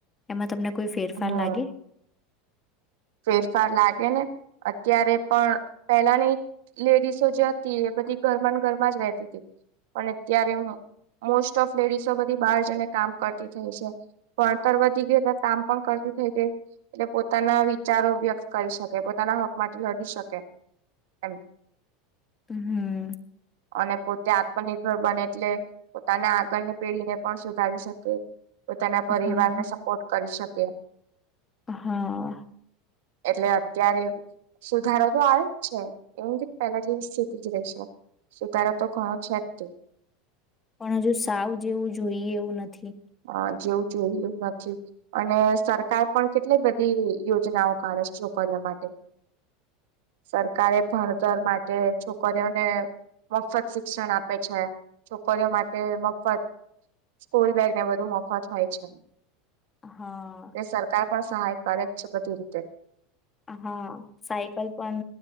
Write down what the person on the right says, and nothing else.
હમ
ફેરફાર લાગે ને અત્યારે પણ પેલાની લેડીસો જે હતી એ બધી ઘરમાં ઘરમાં જ રતી હતી પણ અત્યારે મોસ્ટ ઓફ લેડીસો બધી બહાર જને કામ કરતી થઈ છે ભણતર વધી ગયેલા કામ પણ કરતી થઈ ગઈ એટલે પોતાના વી ચારો વ્યક્ત કરી શકે પોતાના હક માટે લડી શકે એમ
અને પોતે આત્મનિર્ભર બને એટલે પોતાના આગળની પેઢીને પણ સુધારી શકે. તો તેના પરિવાર
ને સપોર્ટ. કરી શકે.
એટલે અત્યારે સુધારો તો આવે જ છે એવું નથી કે પહેલા જેવી સ્થિતિ જ રહી છે સુધારો તો ઘણો છે જ ત.
અ જેવું જોયું નથી અને સરકાર પણ કેટલી બધી યોજનાઓ કાઢે છે છોકરીઓ માટે સરકારે ભણતર માટે છોકરીઓને મફત શિક્ષણ આપે છે છોકરીઓ માટે મફત સ્કૂલ બેગ. ને બધુ મોફા થાય છે.
એ સરકાર પણ સહાયકારક છે બધી રીતે.